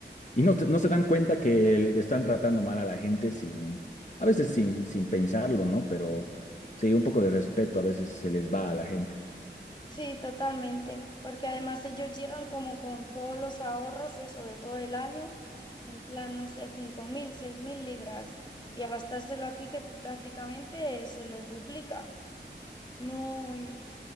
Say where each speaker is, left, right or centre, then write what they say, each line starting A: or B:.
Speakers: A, on the left (about 40°); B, on the left (about 25°).
A: y no, te- no se dan cuenta que el- están tratando mal a la gente sin, a veces sin, sin pensarlo, ¿no? Pero sí, un poco de respeto a veces se les va a la gente.
B: Sí, totalmente, porque además ellos llegan como con todos los ahorros, eso de todo el año, en plan, no sé, cinco mil, seis mil libras, y a gastárselo aquí que prácticamente se les duplica. No, y